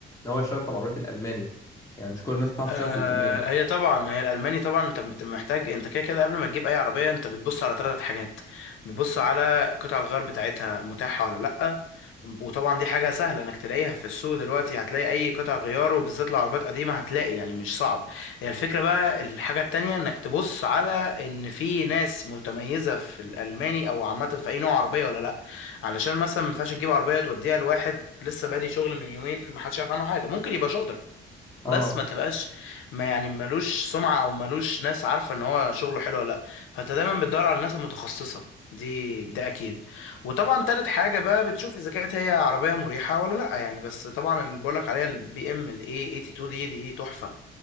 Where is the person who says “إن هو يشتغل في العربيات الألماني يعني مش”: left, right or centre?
Left